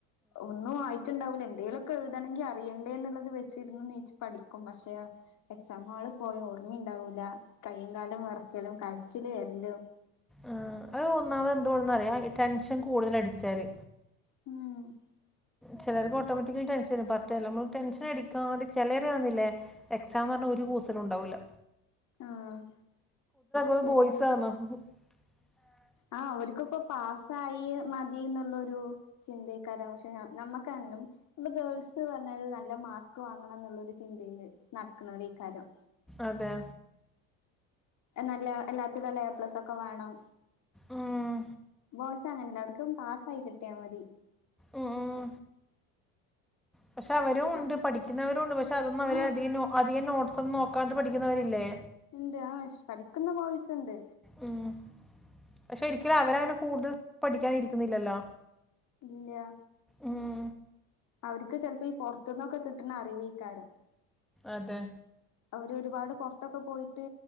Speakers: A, on the left; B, in the centre.
A: ഒന്നും ആയിട്ടുണ്ടാവൂല്ലാ എന്തേലൊക്കെ എഴുതെണെങ്കി അറിയണ്ടേ എന്നുള്ളത് വെച്ചിരുന്നു ണീച്ച് പഠിക്കും പക്ഷേ എക്സാം ഹാളിപോയാ ഓർമ്മയുണ്ടാവൂില്ല കയ്യും കാലം വെറക്കലും കാര് ചില് വരലും
B: ആഹ് അത് ഒന്നാമത് എന്തുകൊണ്ടൊന്ന് അറിയോ ടെൻഷൻ കൂടുതല് അടിച്ചാല്
A: ഉം.
B: ചെലർക്ക് ഓട്ടോമാറ്റിക്കായിട്ട് ടെൻഷൻ വരും പറഞ്ഞിട്ടര്യല്ല നമ്മള് ടെൻഷൻ അടിക്കാണ്ട് ചെലരെകണ്ടില്ലേ എക്സാമ് പറണാ ഒരു കൂസലും ഉണ്ടാവൂല്ല
A: ആഹ്
B: ഒന്ന്
A: ശരിയാ
B: ബോയ്സ് ആണ് <inaudible>
A: ആഹ് അവർക്കിപ്പോ പാസ്സായി മതി ന്നുള്ളൊരു ചിന്തെയ്ക്കാരം പക്ഷെ ഞമ്മക്കാണേലും ഇന്ന് ഗേൾസ് പറഞ്ഞല് നല്ല മാർക്ക് വാങ്ങണന്നുള്ള ഒരു ചിന്തയില് നടക്ക്ണോരയ്ക്കാരം
B: അതെ
A: നല്ല എല്ലാത്തിനും നല്ല എപ്ലസൊക്കെ വാണം
B: ഉം.
A: ബോയ്സ് അങ്ങനെല്ല അവർക്ക് പാസ്സായി കിട്ടിയാ മതി
B: ഉം. പക്ഷെ അവരൂണ്ട്
A: ആഹ്
B: പഠിക്കുന്നവരുംണ്ട് പക്ഷെ അതൊന്ന് അവര്
A: ആഹ്
B: അധികം അധികം നോട്ടട്സ് ഒന്ന് നോക്ക ക്കാണ്ട് പഠിക്കുന്നവരില്ലേ?
A: ണ്ട് ആശ് പഠിക്ക്ന്ന ബോയ്സ് ഇണ്ട്
B: ഉം പക്ഷെ ഒരിക്കലും അവര അങ്ങനെ കൂടുതൽ പഠിക്കാനിരിക്കുന്നില്ലല്ലോ?
A: ഇല്ല്യാ
B: ഉം
A: അവർക്ക് ചെലപ്പോ ഈ പൊറത്തുന്നൊക്കെ കിട്ടുന്ന അറിവേക്കാരം
B: അതെ
A: അവര് ഒരുപാട് പൊറത്തൊക്കെ പോയിട്ട്